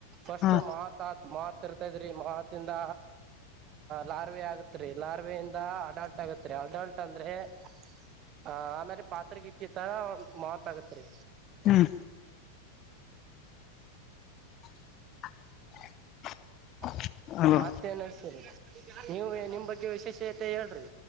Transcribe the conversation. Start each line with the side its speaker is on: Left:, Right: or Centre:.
Right: ಫಸ್ಟ
Left: ಹಾ
Right: ಮಾತ್ ಮಾತ್ ಮಾತ್ ಇರ್ತತ ಇದ್ರಿ ಮಾತ ಇಂದ ಲಾರ್ವೆ ಆಗತ್ ರೀ ಲಾರ್ವೆೆಯಿಂದ ಅಡಾಟ್ ಆಗುತ್ತ ರಿ ಅಡಲ್ಟ್ ಅಂದ್ರೆ <inaudible> ಆ ಆಮೇಲೆ ಪಾತ್ರೆಗಿತ್ತ ತರ ಮಾತ್ ಆಗತ್ರಿ
Left: ಹ್ಮ್ <inaudible> <unintelligible>
Right: <inaudible>
Left: ಅಲೋ
Right: ಮತ್ತ ಏನ್ ನಡ್ಸೀರಿ <inaudible> ನೀವು ನಿಮ್ ಬಗ್ಗೆ ವಿಶೇಷತೆ ಹೇಳ್ರಿ